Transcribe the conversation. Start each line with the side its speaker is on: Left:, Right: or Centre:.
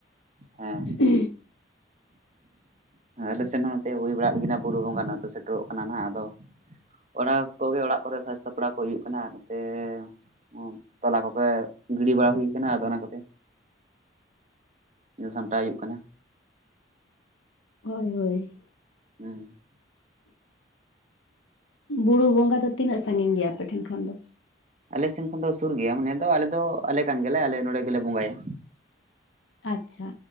Right: ᱦᱮᱸ
Left: <inaudible>
Right: ᱟᱞᱮᱥᱮᱫ ᱦᱚᱸ ᱱᱚᱛᱮ ᱦᱩᱭ ᱵᱟᱲᱟᱜ ᱞᱤᱜᱤᱱᱟᱜ ᱵᱩᱨᱩ ᱵᱚᱸᱜᱟ ᱱᱚᱛᱮ ᱥᱮᱴᱮᱨᱚᱜ ᱠᱟᱱᱟ ᱟᱫᱚ ᱚᱱᱟ ᱠᱚᱜᱮ ᱚᱲᱟᱜ ᱠᱚᱨᱮ ᱥᱟᱡᱽ ᱥᱟᱯᱲᱟᱣ ᱠᱚ ᱦᱩᱭᱩᱜ ᱠᱟᱱᱟ ᱱᱚᱛᱮ ᱦᱚᱝ ᱪᱟᱞᱟ ᱠᱚᱯᱮ ᱜᱤᱰᱤ ᱵᱟᱲᱟ ᱦᱩᱭ ᱠᱟᱱᱟ ᱟᱫᱚ ᱚᱱᱟ ᱠᱚᱛᱮ ᱧᱮᱞ ᱥᱟᱢᱴᱟᱣ ᱦᱩᱭᱩᱜ ᱠᱟᱱᱟ
Left: ᱦᱳᱭ ᱦᱳᱭ
Right: ᱦᱩᱸ
Left: ᱵᱩᱨᱩ ᱵᱚᱸᱜᱟ ᱫᱚ ᱛᱤᱱᱟᱹᱜ ᱥᱟᱺᱜᱤᱧ ᱜᱮᱭᱟ ᱟᱯᱮᱴᱷᱮᱱ ᱠᱷᱚᱱ ᱫᱚ?
Right: ᱟᱞᱮ ᱥᱮᱱ ᱠᱷᱚᱱ ᱫᱚ ᱥᱩᱨ ᱜᱮᱭᱟ ᱢᱟᱱᱮ ᱫᱚ ᱟᱞᱮ ᱫᱚ ᱟᱞᱮ ᱠᱟᱱ ᱜᱮᱞᱮ ᱟᱞᱮ ᱱᱚᱸᱰᱮ ᱜᱮᱞᱮ ᱵᱚᱸᱜᱟᱭᱟ᱾
Left: ᱟᱪᱪᱷᱟ